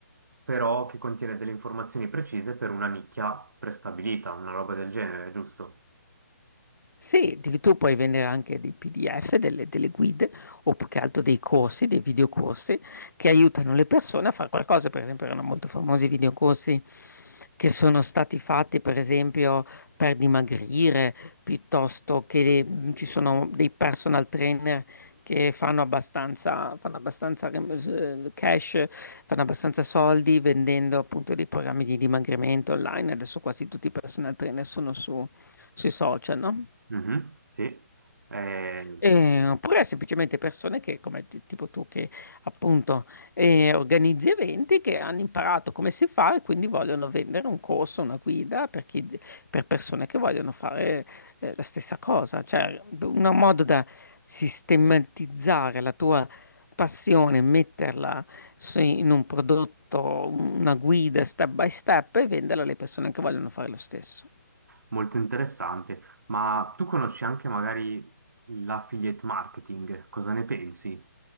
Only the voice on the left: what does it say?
Sì, di- tu puoi vendere anche dei PDF, delle, delle guide o più che altro dei corsi, dei videocorsi che aiutano le persone a fare qualcosa. Per esempio, erano molto famosi i videocorsi che sono stati fatti, per esempio, per dimagrire, piuttosto che mm, ci sono dei personal trainer che fanno abbastanza, fanno abbastanza eh, cash, fanno abbastanza soldi vendendo appunto dei programmi di dimagrimento online. Adesso quasi tutti i personal trainer sono su- sui social, no?
Eh, oppure semplicemente persone che, come ti- tipo tu, che appunto eh, organizzi eventi che hanno imparato come si fa e quindi vogliono vendere un corso, una guida per chi, per persone che vogliono fare eh, la stessa cosa. Cioè, un modo da sistematizzare la tua passione, metterla su- in un prodotto, una guida step by step e venderla alle persone che vogliono fare lo stesso.